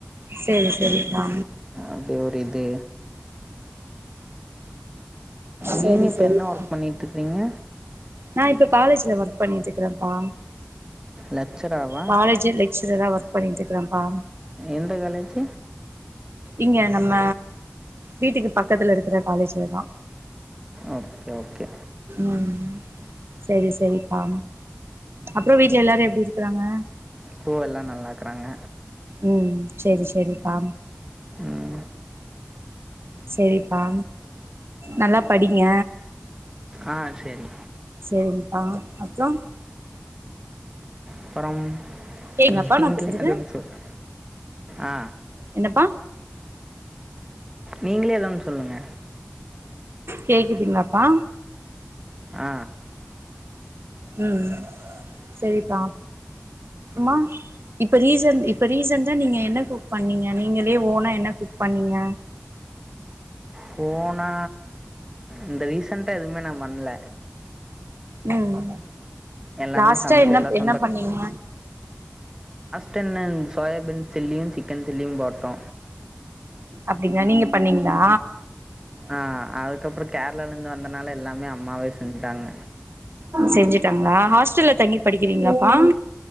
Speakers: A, on the right; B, on the right.
A: செரி செரிப்பா
B: அப்டி ஒரு இது நீங்க
A: செரி
B: இப்ப
A: செரிப்பா
B: என்ன ஒர்க் பண்ணிட்டு இருக்குறீங்க
A: நா இப்ப காலேஜ்ல ஒர்க் பண்ணிட்டு இருக்கறேப்பா
B: லெக்சராவா
A: காலேஜ் லெக்சரரா ஒர்க் பண்ணிட்டு இருக்கப்பா
B: எந்த காலேஜ்ஜ
A: இங்க நம்ம வீட்டுக்கு பக்கத்துல இருக்கற காலேஜ்லதா
B: ஓகே ஓகே
A: உம் செரி செரிப்பா அப்புறோ வீட்ல எல்லாரு எப்டி இருக்குறாங்க
B: பூவெல்லா நல்லாக்குறாங்க
A: உம் செரி செரிப்பா
B: ம்
A: செரிப்பா நல்லா படிங்க
B: ஆ செரி
A: செரிங்கப்பா அப்றோ
B: அப்றோம்
A: கேக்குதாப்பா
B: நீங்களே
A: நா பேசுறது
B: அதெ ஒன் சொல்ங் ஆ
A: என்னப்பா
B: நீங்களே ஏதா ஒன்னு சொல்லுங்க
A: கேக்குதுங்களாப்பா
B: ஆ
A: ம் சேர்ப்பா மா இப்ப ரீசன் இப்ப ரீசன்டா நீங்க என்ன குக் பண்ணீங்க நீங்களே ஓனா என்ன குக் பண்ணீங்க
B: ஹு போனா இந்த ரீசன்டா எதுமே நா பண்ல
A: ம்
B: எல்லாமே
A: லாஸ்டா
B: சமைச்சு
A: என்னப்
B: எல்லாம்
A: என்ன பண்ணீங்க
B: ட நன் சோயாபீன் சில்லியு சிக்கன் சில்லியு சாப்டோ
A: அப்டிங்ளா நீங்க பண்ணீங்ளா
B: அ அதுக்கப்புறோ கேரளாலந்து வந்தனால எல்லாமே அம்மாவே செஞ்சிட்டாங்க
A: செஞ்சிட்டாங்ளா ஹாஸ்டல்ல தங்கி படிக்கிறீங்ளாப்பா